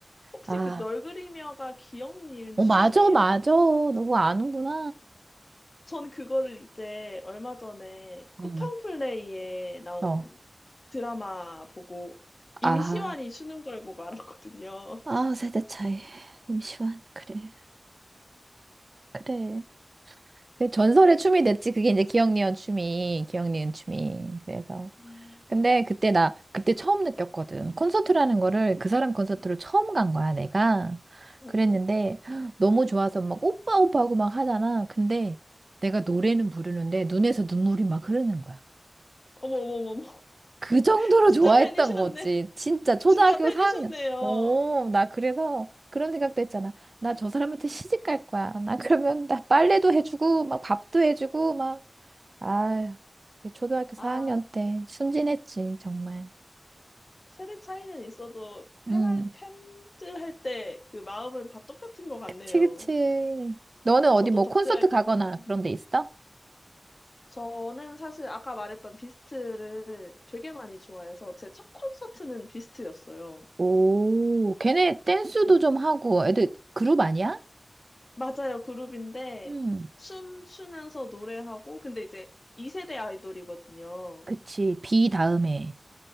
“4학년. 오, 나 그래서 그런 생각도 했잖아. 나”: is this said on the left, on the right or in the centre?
Right